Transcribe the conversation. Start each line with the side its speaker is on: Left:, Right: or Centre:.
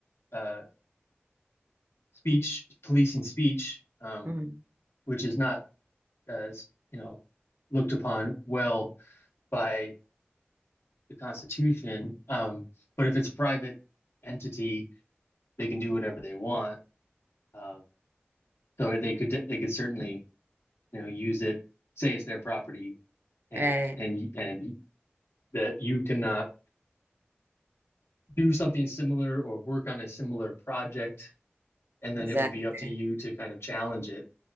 Left: uh speech policing speech um
Right: mm,
Left: which is not as, you know, looked upon well by the Constitution. Um, but if it's a private entity, they can do whatever they want. Um, so they could they could certainly you know use it, say it's their property, and
Right: right,
Left: and and that you cannot do something similar or work on a similar project, and then
Right: exactly.
Left: it would be up to you to kind of challenge it.